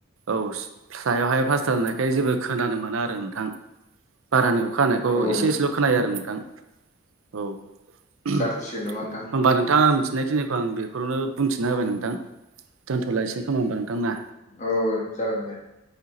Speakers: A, on the right; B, on the left.
A: औ सायावहाय प्लास्टार होननायखाय जेबो खोनानो मोना आरो नोंथां भारानि अखा हानायखौ
B: औ नोंथां
A: एसे एसेल' खोनायो आरो नोंथां औ होमबा
B: जाथ'सिगोन नामा नोंथां
A: नोंथाङा मिथिनाय थिनायखौ अ आं बेखौनो बुंथिना होबाय नोंथां दोनथ'लाायसै खोमा होमबा नोंथां ना
B: औ जागोन दे